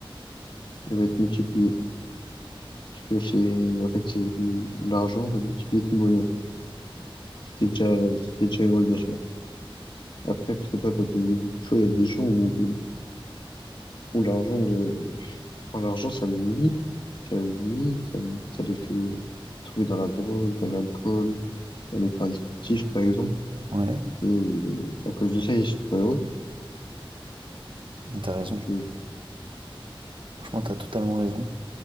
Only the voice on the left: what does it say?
elle va être multipliée. Parce que c'est, en fait, c'est l'argent va multiplier ton bonheur. Si t'es déjà, si t'es déjà heureux, bien sûr. Après, parce que toi, t'as payé vite. Tu vois, il y a des gens où, où, où l'argent de, enfin, l'argent, ça le nuit. Ça le nuit, ça, le- ça les fait tomber dans la drogue, dans l'alcool, dans les paris sportifs, par exemple.
Et à cause de ça, ils sont pas heureux.
Tu-